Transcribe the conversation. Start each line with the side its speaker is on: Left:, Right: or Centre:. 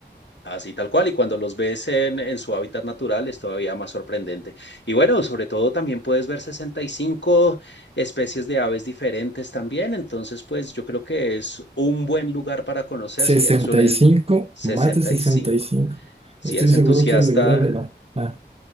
Left: Así tal cual, y cuando los ves en, en su hábitat natural es todavía más sorprendente. Y bueno, sobre todo también puedes ver 65 especies de aves diferentes también, entonces pues yo creo que es un buen lugar para conocer
Right: sesenta
Left: si eres un en-
Right: y cinco
Left: sesenta
Right: más de sesenta
Left: y cinco
Right: y cinco
Left: Si
Right: Estoy
Left: eres
Right: seguro
Left: entusiasta,
Right: que debió de haberla. Ah,